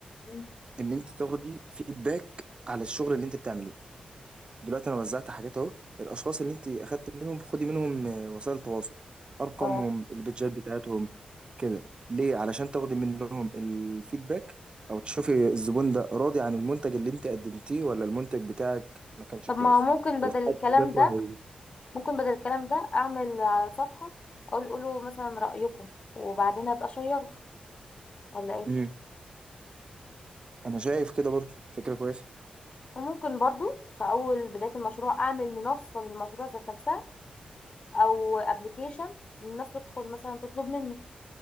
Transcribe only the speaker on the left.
مم.
اه
طب
ما هو ممكن بدل
الكلام
ده
ممكن بدل الكلام ده اعمل على صفحة اقول قولوا مثلا رأيكم وبعدين ابقى اشيره ولا ايه
وممكن برضو في اول بداية المشروع اعمل منصة للمشروع ذات نفسها او ابلكيشن الناس تدخل مثلا تطلب منه